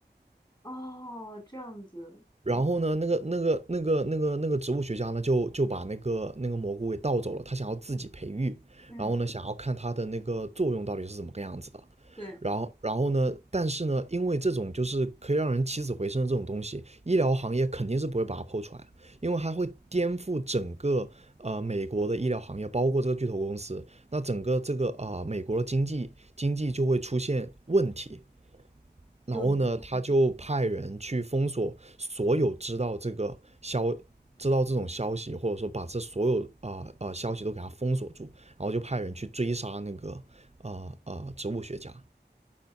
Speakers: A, on the left; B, on the right.
A: 哦这样子，
B: 然后呢，那个那个那个那个那个植物学家呢，就就把那个那个蘑菇给盗走了，他想要自己培育，
A: 嗯
B: 然后呢，想要看它的那个作用到底是怎么个样子的。
A: 对
B: 然后，然后呢？但是呢，因为这种就是可以让人起死回生的这种东西，医疗行业肯定是不会把它剖出来因为它会颠覆整个呃美国的医疗行业，包括这个巨头公司，那整个这个啊、呃美国的经济经济就会出现问题。然后呢，
A: 对。
B: 他就派人去封锁所有知道这个消知道这种消息，或者说把这所有啊啊、呃呃消息都给他封锁住，然后就派人去追杀那个啊啊、呃呃植物学家。